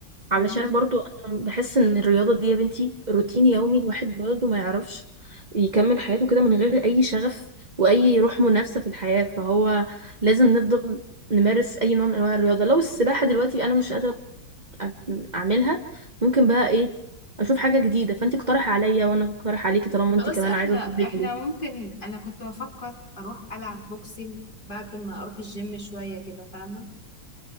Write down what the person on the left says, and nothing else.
مهم.
خلاص
احنا
احنا
ممكن انا كنت بفكر اروح العب بوكسينج بعد ما اروح الجيم شوية كده فاهمة